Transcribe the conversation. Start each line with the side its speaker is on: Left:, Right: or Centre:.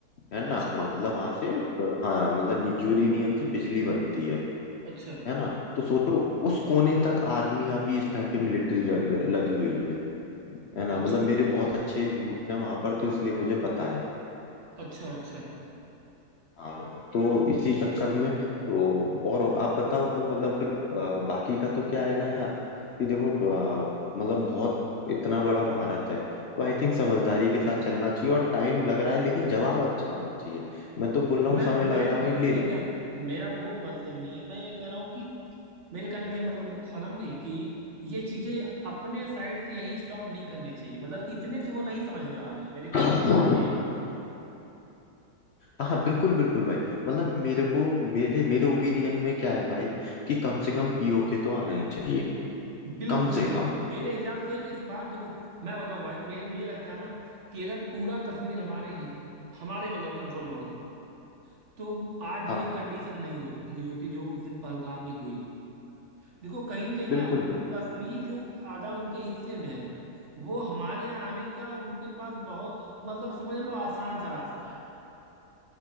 Left: है ना
Right: अच्छा
Left: मतलब वहां से अ, हाँ मतलब यूरेनियम से बिजली बनती है
Right: अच्छा
Left: है ना तो सोचो उस कोने तक आर्मी अभी इस टाइम पे मिलिट्री लगी हुई है है ना मतलब
Right: अच्छा
Left: मेरे बहुत अच्छे रूट्स हैं वहां पर तो इसलिए मुझे पता है
Right: अच्छा अच्छा
Left: हाँ तो इसी चक्कर में तो और आप बताओ मतलब फिर अ, बाकी का तो क्या है ना यार कि देखो अ, मतलब बहुत इतना बड़ा भारत है तो आई थिंक समझदारी के साथ चलना चाहिए और टाइम लग रहा है लेकिन जवाब अच्छा होना चाहिए मैं तो बोल रहा
Right: मैं
Left: हूँ समय लग
Right: मैं
Left: रहा
Right: मैं
Left: है भाई
Right: वही
Left: ले ले
Right: कह रहा हूँ मेरा वो मतलब नहीं है मैं ये कह रहा हूँ कि मेरे कहने का ये मतलब ना था ना भाई कि ये चीजें अपने साइड से यहीं स्टॉप नहीं करनी चाहिए मतलब इतने से वो नहीं समझने वाले मेरे कहने
Left: बट
Right: का मतलब ये है।
Left: हाँ हाँ, बिल्कुल बिल्कुल भाई मतलब मेरे को मेरे मेरे ओपिनियन में क्या है भाई कि कम से कम पीओके तो आना ही चाहिए
Right: बिल्कुल
Left: कम से कम
Right: मेरे हिसाब से इस बार देखो मैं बताऊं भाई मे, मुझे लगता है ना कि अगर पूरा कश्मीर हमारे हि- हमारे मतलब कंट्रोल में होता तो आज
Left: हाँ
Right: ये कंडीशन नहीं हो, हुई होती जो उस दिन पहलगाम में हुई देखो कहीं न कहीं ना
Left: बिल्कुल बिल्कुल
Right: कश्मीर जो आधा उनके हिस्से में है वो हमारे यहाँ आने का उनके पास बहुत मतलब समझ लो आसान सा रास्ता है